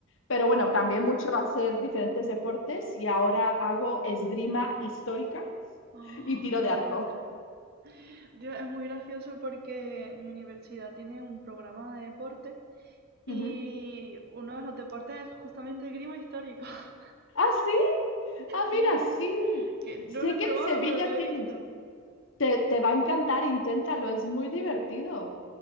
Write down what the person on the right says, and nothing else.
Oh,
qué
fuerte.
Dios, es muy gracioso porque mi universidad tiene un programa de deporte y
uno de los deportes es justamente esgrima histórico. <laughs>
Sí,
que no
lo he probado,
pero lo he
visto.